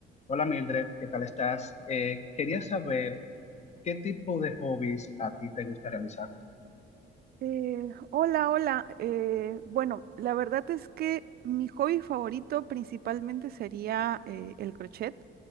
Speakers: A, on the left; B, on the right.
A: Hola Mildred, ¿qué tal estás? Eh, quería saber qué tipo de hobbies a ti te gusta realizar.
B: Eh, hola, hola. Eh, bueno, la verdad es que mi hobby favorito principalmente sería eh, el crochet.